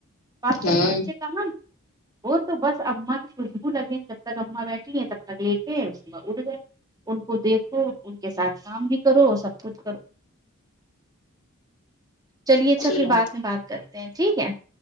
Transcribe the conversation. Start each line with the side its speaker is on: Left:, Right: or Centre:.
Right: آج
Left: ہوں
Right: کل کے بچے کہاں وہ تو بس اما کی خوشبو لگے جب تک اما بیٹھی ہیں تب تک لیٹے اٹ گئے ان کو دیکھو ان کے ساتھ کام بھی کرو سب کچھ کرو چلیے اچھا
Left: جی
Right: پھر
Left: ہاں
Right: بعد میں بات کرتے ہیں ٹھیک ہے